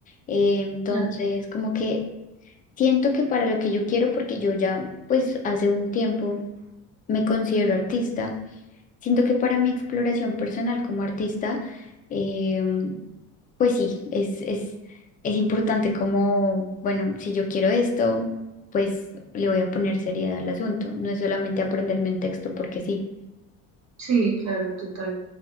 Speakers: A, on the left; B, on the right.
A: Eh, entonces,
B: Claro.
A: como que siento que para lo que yo quiero, porque yo ya pues hace un tiempo me considero artista. Siento que para mi exploración personal como artista, em, pues sí, es, es, es importante como, bueno, si yo quiero esto, pues le voy a poner seriedad al asunto. No es solamente aprenderme un texto porque sí,
B: Sí, claro, total.